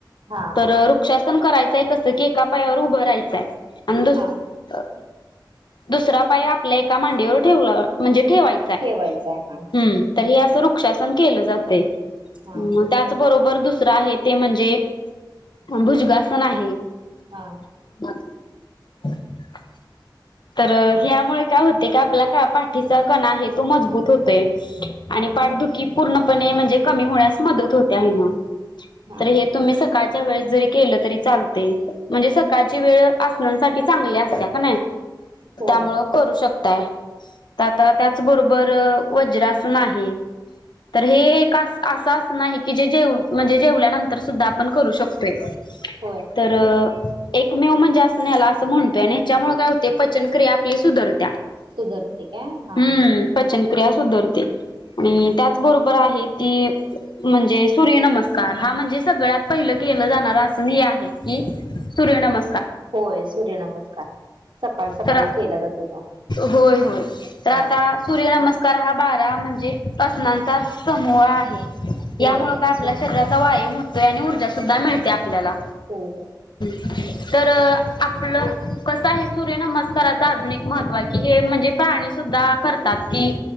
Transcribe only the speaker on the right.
हा
हा
ठेवायचं आहे
हा हा
हा....
हा
हा
होय
होय
सुधरते काय हा
हा
हा
होय. सूर्यनमस्कार सकाळी सकाळी
केला जातो तो,
हा
होय
सूर्य
हो हो.